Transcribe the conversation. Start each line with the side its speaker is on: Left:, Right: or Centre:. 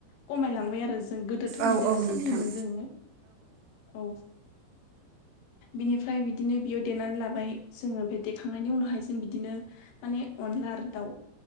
Left: खमायलांबाय आरो जों गोदोथ'
Right: औ
Left: बिदिनो
Right: औ
Left: सोलियोमोन
Right: नोंथां
Left: जोङो औ बिनिफ्राय बिदिनो बियाव देनानै लाबाय जोङो ओमफ्राय देखांनायनि उनावहाय जों बिदिनो माने अनला आरो दाउ